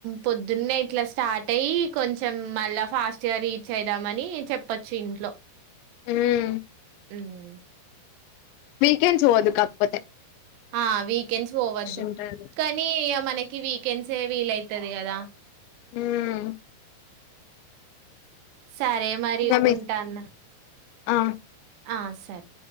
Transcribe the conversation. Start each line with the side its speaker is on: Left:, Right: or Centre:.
Right: పొద్దున్నే ఇట్లా స్టార్ట్ అయ్యి కొంచెం మళ్ళా ఫాస్ట్గా రీచ్ అయిదామని చెప్ పచ్చి ఇంట్లో
Left: ఉమ్
Right: ఉమ్
Left: వీకెండ్స్ పోవదుకాకపోతే
Right: ఆ వీకెండ్స్ పోవద్దు
Left: ఉంటారు
Right: కానీ ఇగ మనకి వికెన్సీ వీలవుతది కదా
Left: ఉమ్
Right: సరే మరి
Left: ఇంకా మీ
Right: ఉంటాన్న
Left: ఆ
Right: ఆ సరే